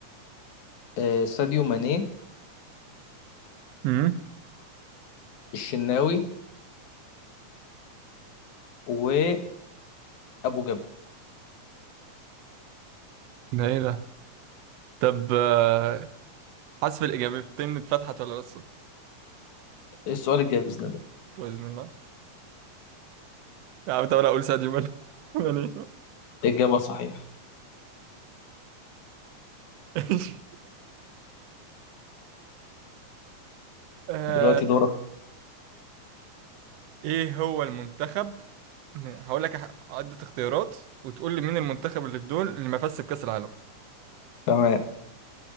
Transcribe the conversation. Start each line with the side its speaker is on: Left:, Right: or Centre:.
Left: آه، ساديو ماني
Right: امم
Left: الشناوي وابو جبل
Right: ده ايه ده طب آه، حذف الاجابتين اتفتحت ولا لسه
Left: السؤال الجاي باذن الله
Right: باذن الله يا عم طب انا اقول ساديو ماني ماني. <laughs>
Left: اجابه صحيحه
Right: إيش؟ آه،
Left: دلوقتي دورك
Right: ايه هو المنتخب م- هقول لك أح- عدة اختيارات وتقول لي مين المنتخب اللي في دول اللي ما فازش بكأس العالم
Left: تمام